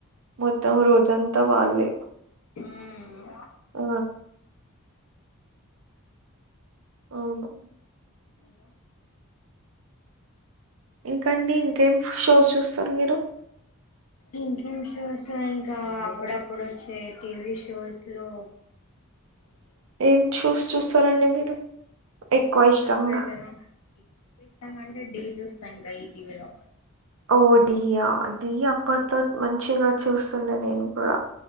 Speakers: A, on the right; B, on the left.
A: మొత్తం రోజంతా వాళ్ళే
B: ఉ
A: ఆ అవును
B: హలో
A: ఇంకండి ఇంకేం షోస్ చూస్తారు మీరు
B: ఇంకేం షోస్ ఇంకా అప్పుడప్పుడు వచ్చే టీవీ షోస్ లో ఇది
A: ఏం చూస్ చూస్తారండి మీరు ఎక్కువ
B: ఈవెంట్స్
A: ఇష్టంగా
B: వస్తాయి కదా ఇ ఇష్టంగంటే ఢీ చూస్తా ఇంకా ఈటీవీలో
A: ఓ ఢీ యా ఢీ అప్పట్లో మంచిగా చూస్తుండే నేను కూడా